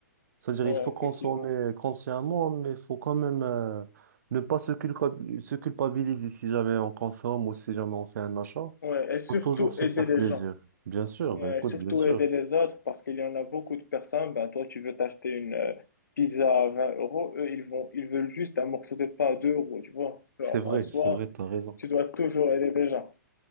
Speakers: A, on the right (about 65°); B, on the left (about 85°).
A: C'est-à-dire,
B: Ouais,
A: il faut
B: effectivement.
A: consommer consciemment, mais il faut quand même, euh, ne pas se culpa- se culpabiliser si jamais on consomme ou si jamais on fait un achat.
B: Ouais, et surtout
A: Faut toujours se
B: aider
A: faire
B: les
A: plaisir.
B: gens.
A: Bien sûr,
B: Ouais,
A: bah, écoute,
B: et surtout
A: bien sûr.
B: aider les autres parce qu'il y en a beaucoup de personnes. Ben, toi, tu veux t'acheter une euh, pizza à 20 euros, eux, ils vont, ils veulent juste un morceau de pain à 2 euros, tu vois. Alors,
A: C'est vrai,
B: en soi,
A: c'est vrai, t'as raison.
B: tu dois toujours aider les gens.